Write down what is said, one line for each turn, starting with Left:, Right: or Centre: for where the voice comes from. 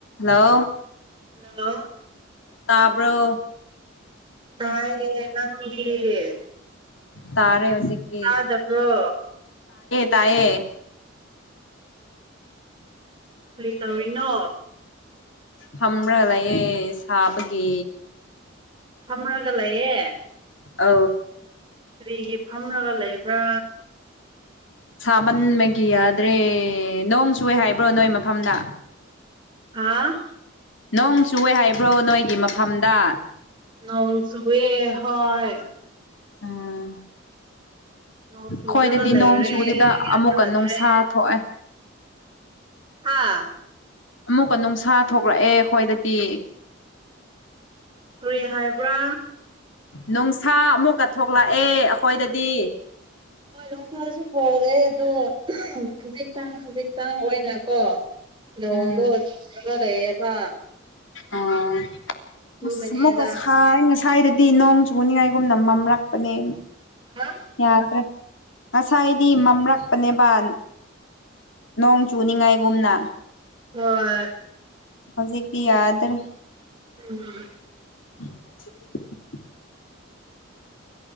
Left: hello
Right: hello
Left: ꯇꯕꯔꯣ
Right: ꯇꯦ ꯅ ꯑꯦ
Left: ꯇꯥꯔꯦ ꯍꯧꯖꯤꯛꯇꯤ
Right: ꯑꯗ ꯄꯨꯔꯣ
Left: ꯇꯌꯦ
Right: ꯀꯔꯤ ꯇꯧꯔꯤꯅꯣ
Left: ꯐꯝ꯭ꯔꯒ ꯂꯩꯌꯦ ꯁꯥꯕꯒꯤ
Right: ꯐꯝꯅꯒ ꯂꯩꯌꯦ
Left: ꯑ
Right: ꯀꯔꯤꯒꯤ ꯐꯝꯂꯒ ꯂꯩꯕ꯭ꯔꯥ
Left: ꯇꯃꯟꯕꯒꯤ ꯌꯥꯗ꯭ꯔꯦ ꯅꯣꯡ ꯁꯨꯏ ꯍꯥꯏꯕ꯭ꯔꯣ ꯅꯣꯏ ꯃꯐꯝꯅ
Right: ꯍꯥꯥ
Left: ꯅꯣꯡ ꯆꯦ ꯍꯥꯏꯕ꯭ꯔꯣ ꯅꯣꯏꯒꯤ ꯃꯐꯝꯗ
Right: ꯅꯣꯡ ꯆꯨꯋꯦ ꯍꯣꯏ
Left: ꯎꯝ
Right: ꯅꯣꯡ ꯆꯨꯔꯒ
Left: ꯍꯣꯏ ꯑꯗꯨꯗꯤ
Right: ꯂꯩꯔꯦ
Left: ꯅꯣꯡ ꯆꯨꯗꯨꯗ
Right: ꯒ꯭ꯌꯥꯟ
Left: ꯑꯃꯨꯛꯀ
Right: ꯇꯥꯗ꯭ꯔꯦ
Left: ꯅꯨꯡꯁꯥ ꯊꯣꯛꯑꯦ
Right: ꯍꯥꯥ
Left: ꯑꯃꯨꯛꯀ ꯅꯨꯡꯁꯥ ꯊꯣꯛꯂꯛꯑꯦ ꯑꯩꯈꯣꯏꯗꯗꯤ
Right: ꯀꯔꯤ ꯍꯥꯏꯕ꯭ꯔꯥ
Left: ꯅꯨꯡꯁꯥ ꯑꯃꯨꯛꯀ ꯊꯣꯛꯂꯛꯑꯦ ꯑꯩꯈꯣꯏꯗꯗꯤ
Right: ꯍꯣꯏ ꯂꯣꯛꯁꯥꯁꯨ ꯐꯛꯑꯦ ꯑꯗꯣ ꯈꯖꯤꯛꯇꯪ ꯈꯖꯤꯛꯇꯪ ꯑꯣꯏꯅꯀꯣ ꯂꯣꯡꯒ
Left: ꯎꯝ
Right: ꯂꯩꯌꯦꯕ
Left: ꯑꯣ
Right: ꯑꯗꯨꯒꯤꯅꯦꯗ
Left: ꯑꯁ ꯑꯃꯨꯛꯀꯁꯥꯏ ꯉꯁꯥꯏꯗꯨꯗꯤ ꯅꯣꯡ ꯆꯨꯅꯤꯡꯉꯥꯏꯒꯨꯝ ꯅꯝꯃꯝꯂꯛꯄꯅꯦ
Right: ꯍꯥ
Left: ꯌꯥꯗ꯭ꯔꯦ ꯉꯁꯥꯏꯗꯤ ꯃꯝꯔꯛꯄꯅꯦꯕꯥꯟ ꯅꯣꯡ ꯆꯨꯅꯤꯉꯥꯏꯒꯨꯝꯅ
Right: ꯍꯣꯏ
Left: ꯍꯧꯖꯤꯛꯛꯗꯤ ꯌꯥꯗꯦ
Right: ꯎꯝ
Left: <inaudible>